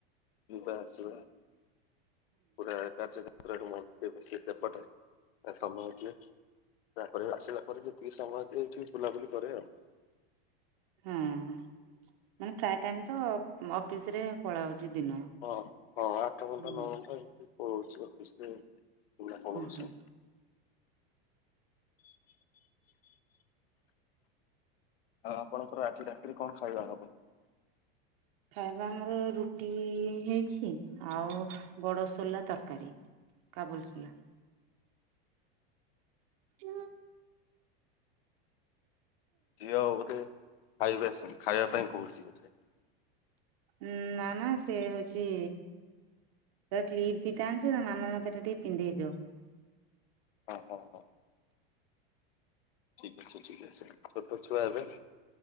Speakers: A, on the left; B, on the right.
A: <unintelligible> ପୁରା କାର୍ଯ୍ୟକ୍ଷେତ୍ରରେ <unintelligible> ସମୟ ଦିଏ। ତାପରେ ଆସିଲା ପରେ ଯେତିକି ସମୟ ଅ ଏଇଠି ବୁଲାବୁଲି କରେ ଆଉ।
B: ହଁ ମାନେ ପ୍ରାୟ ଟାଇମ ତ ଅଫିସରେ ପଳାଉଛି ଦିନ।
A: ହଁ ହଁ ଆଠଘଣ୍ଟା
B: ହୁଁ
A: ନଅଘଣ୍ଟା ଏମତି ପଳଉଛି ଅଫିସରେ ଦିନ ପଳଉଛି।
B: ହୁଁ ହୁଁ
A: ଆଉ ଆପଣଙ୍କର ଆଜି ରାତିରେ କଣ ଖାଇବା ହବ?
B: ଖାଇବା ଆମର ରୁଟି ହେଇଛି, ଆଉ ବଡସୋଲା ତରକାରୀ। କାବୁଲି ସୋଲା। ହଁ
A: ଝିଅ ବୋଧେ ଖାଇବେ ଆସି ଖାଇବା ପାଇଁ କହୁଛି ବୋଧେ।
B: ଉଁ ନା ନା ସେ ହଉଛି ତ୍ଲିପ୍ ଦିଟା ଅଣିଛି ତ ମାମ ମତେ ଏଟା ଟିକେ ପିନ୍ଧେଇ ଦିଅ।
A: ଓହୋ। ଠିକ୍ ଅଛି ଠିକ୍ ଅଛି ଛୋଟଛୁଆ ଏବେ।